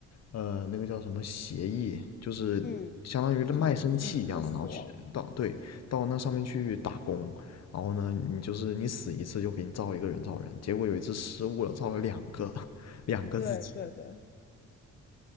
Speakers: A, on the left; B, on the left.
A: 呃那个叫什么协议，就是相当于卖身契一样的，
B: 嗯，就是一次一次的死亡，
A: 然后去到对到那上面去打工，然后呢你就是你死一次就给你造一个人造人，结果有一次失误了，造了两个 <laughs> 两个自己，
B: 对对对。